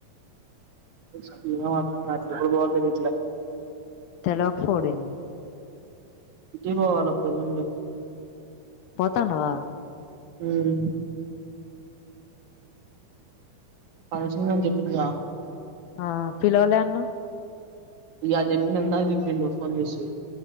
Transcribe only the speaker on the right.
సదువిన మొత్తం అట్లనే పోవట్లేదు ఇట్లే
ఇటే పోవాల పెళ్లి ఉండు
ఉమ్ ఫంక్షన్ అని చెప్పిండు గా
ఇలా చెప్పినంక చెప్పిండు ఫోన్ చేసి